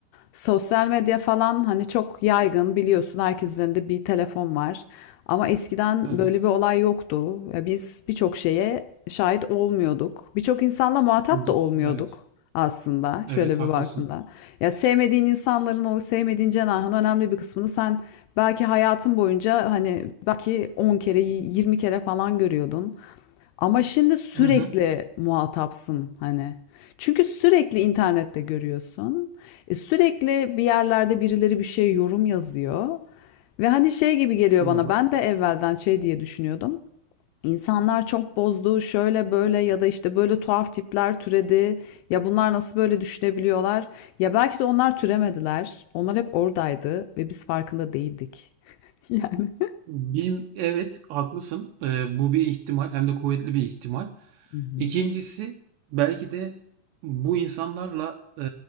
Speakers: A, on the left; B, on the right.
A: sosyal medya falan hani çok yaygın biliyorsun herkesin elinde bir telefon var. Ama eskiden
B: Evet.
A: böyle bir olay yoktu. Ya Biz birçok şeye şahit olmuyorduk. Birçok insanla muhatap
B: D
A: da olmuyorduk
B: evet.
A: aslında şöyle
B: Evet, haklısın.
A: bir baktığında. Ya sevmediğin insanların o sevmediğin cenahın önemli bir kısmını sen Belki hayatın boyunca hani belki 10 kere, 20 kere falan görüyordun. Ama şimdi sürekli
B: Hı hı.
A: muhatapsın hani. Çünkü sürekli internette görüyorsun. E, sürekli bir yerlerde birileri bir şey yorum yazıyor. Ve hani şey gibi geliyor
B: Doğru.
A: bana. Ben de evvelden şey diye düşünüyordum. İnsanlar çok bozdu, şöyle böyle ya da işte böyle tuhaf tipler türedi. Ya bunlar nasıl böyle düşünebiliyorlar? Ya belki de onlar türemediler. Onlar hep oradaydı ve biz farkında değildik. <laughs> Yani.
B: Bim evet, haklısın. Eee, bu bir ihtimal hem de kuvvetli bir ihtimal.
A: Hı hı.
B: İkincisi belki de bu insanlarla, eee,